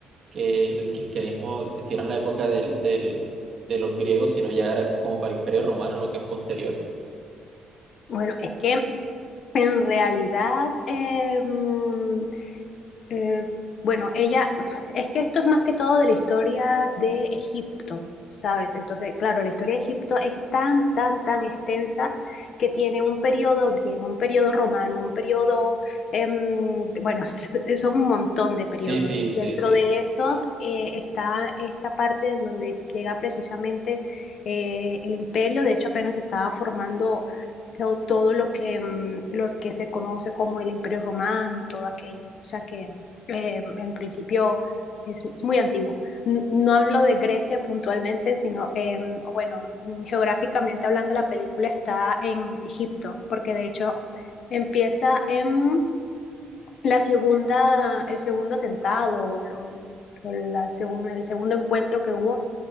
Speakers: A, on the right (about 50°); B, on the left (about 65°).
A: que el cristianismo existiera en la época del, del, de los griegos, sino ya era como para Imperio Romano, lo que es posterior.
B: Bueno, es que en realidad eh, mm, Eh, bueno, ella, es que esto es más que todo de la historia de Egipto, ¿sabes? Entonces, claro, la historia de Egipto es tan, tan, tan extensa que tiene un periodo griego, un periodo romano, un periodo, em, bueno, <laughs> son un montón de periodos.
A: Sí, sí,
B: Y
A: sí,
B: dentro
A: sí.
B: de estos eh, está esta parte en donde llega precisamente eh, el imperio, de hecho apenas estaba formando to- todo, lo que, em, lo que se conoce como el imperio romano y todo aquello. O sea que eh, en principio es, es muy antiguo. N- No hablo de Grecia puntualmente, sino, eh, o bueno, geográficamente hablando, la película está en Egipto, porque de hecho empieza en la segunda, el segundo atentado o, o- o la segunda, el segundo encuentro que hubo